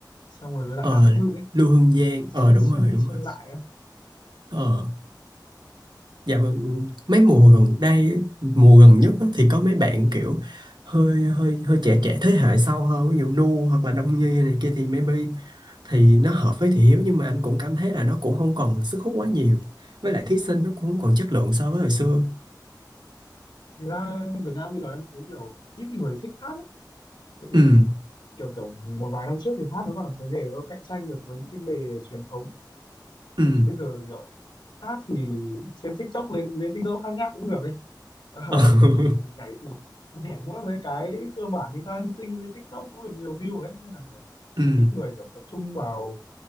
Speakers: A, on the left (about 80°); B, on the right (about 75°).
A: xong rồi với lại
B: ờ
A: Đàm Vĩnh Hưng ấy
B: Lưu Hương Giang
A: xoay
B: ờ đúng
A: xoay
B: rồi
A: đi
B: đúng
A: xoay
B: rồi
A: lại á.
B: ờ Dạ vâng, mấy mùa gần đây, mùa gần nhất á, thì có mấy bạn kiểu hơi hơi hơi trẻ trẻ thế hệ sau hơn, ví dụ Nu hoặc là Đông Nhi này kia thì maybe thì nó hợp với Thị Hiếu nhưng mà anh cũng cảm thấy là nó cũng không còn sức hút quá nhiều. Với lại thí sinh nó cũng không còn chất lượng so với hồi xưa.
A: Thực ra Việt Nam bây giờ em thấy kiểu ít người thích hát lắm tại vì
B: Ừ,
A: kiểu kiểu một vài năm trước thì hát nó còn là một cái nghề nó cạnh tranh được với những cái nghề truyền thống
B: ừ,
A: còn bây giờ kiểu hát thì trên TikTok lên lên TikTok hát nháp cũng được ấy Ờ,
B: ừ, <laughs>
A: là kiểu nhảy nhảy thì nhảy mỗi mấy cái cơ bản linh ta linh tinh lên TikTok cũng được nhiều view ấy nên là kiểu
B: ừ,
A: ít ít người kiểu tập trung vào